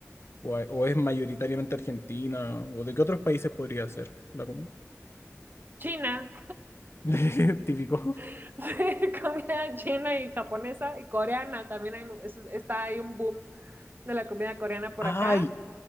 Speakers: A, on the left; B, on the right.
A: o, o es mayoritariamente Argentina, o de qué otros países podría ser la comida
B: China,
A: <laughs> típico.
B: <laughs> sí, comida china y japonesa y coreana, también hay, es- está ahí un boom de la comida coreana por
A: Ay,
B: acá.